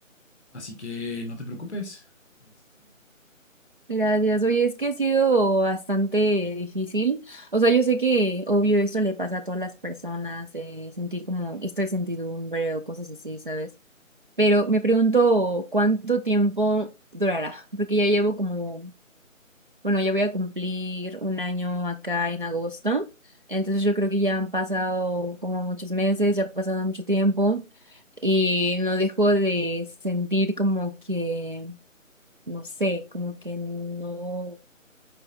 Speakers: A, in the centre; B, on the right.
A: así que no te preocupes. Este,
B: gracias. Oye, es que ha sido bastante difícil. O sea, yo sé que obvio esto le pasa a todas las personas, eh, sentir como esto de sentidumbre o cosas así, ¿sabes? Pero me pregunto cuánto tiempo durará, porque ya llevo como Bueno, yo voy a cumplir un año acá en agosto, entonces yo creo que ya han pasado como muchos meses, ya ha pasado mucho tiempo y no dejo de sentir como que, no sé, como que no